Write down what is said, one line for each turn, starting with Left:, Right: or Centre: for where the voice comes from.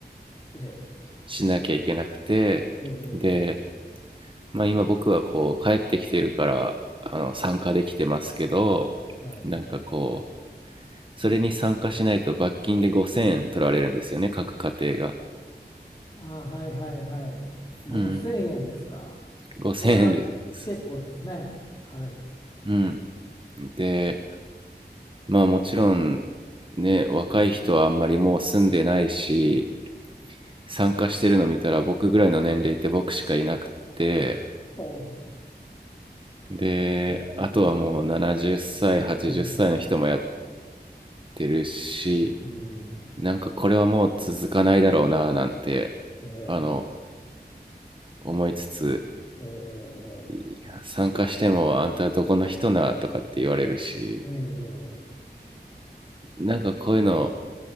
Left: え、
Right: しなきゃいけなくてで、
Left: え、え、え、
Right: まあ、今僕はこう帰ってきてるからあの参加できてますけど
Left: えはい。
Right: なんかこうそれに参加しないと罰金で5000円取られるんですよね各家庭が。
Left: ああ、はいはいはい。5000円ですか。
Right: うん、5000円です
Left: それは結構ですね。はい。
Right: うん。で、まあもちろんね、若い人はあんまりもう住んでないし、参加してるの見たら僕ぐらいの年齢って僕しかいなくって、
Left: <laughs> おう
Right: で、
Left: えー、
Right: あとはもう70歳、80歳の人もやっ
Left: うん、
Right: てるし、
Left: うん、
Right: なんかこれはもう続かないだろうななんて、
Left: え
Right: あの、思いつつ、
Left: ー、えー、
Right: い参加してもあんたどこの人なとかって言われるし、
Left: えー、えー、
Right: なんかこういうの